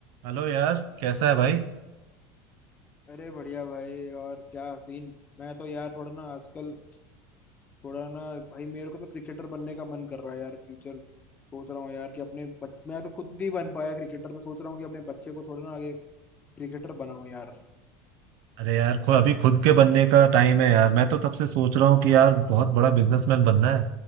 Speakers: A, on the right; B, on the left.
A: Hello यार कैसा है भाई
B: अरे बढ़िया भाई और क्या सीन मैं तो यार थोड़ा ना आजकल थोड़ा ना भाई मेरे को तो क्रिकेटर बनने का मन कर रहा है यार फ्यूचर सोच रहा हूँ यार कि अपने बच... मैं तो खुद नहीं बन पाया क्रिकेटर मैं सोच रहा हूँ कि अपने बच्चे को थोड़ा ना आगे क्रिकेटर बनाऊं यार
A: अरे यार खु, अभी खुद के बनने का टाइम है यार मैं तो तब से सोच रहा हूँ कि यार बहुत बड़ा बिजनेसमैन बनना है